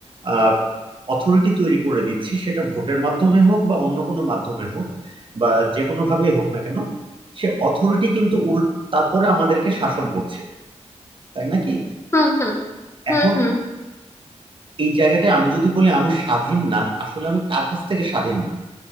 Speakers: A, on the right; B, on the left.
A: আহ অথরিটি তৈরি করে দিচ্ছি সেটা ভোটের মাধ্যমে হোক বা অন্য কোনো মাধ্যমে হোক বা যে কোনো ভাবেই হোক না কেন সে অথরিটি কিন্তু উল তারপরে আমাদেরকে শাসন করছে তাই নাকি
B: হুম হুম হুম
A: এখন
B: হুম
A: এই জায়গাটায় আমি যদি বলি আমি স্বাধীন না আসলে আমি কার কাছ থেকে স্বাধীন না